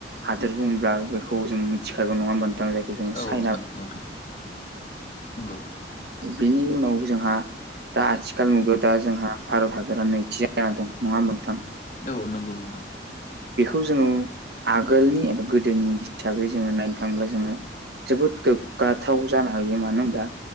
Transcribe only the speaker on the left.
औ
नंगौ नोंथां नंगौ।
औ नंगौ नोंथां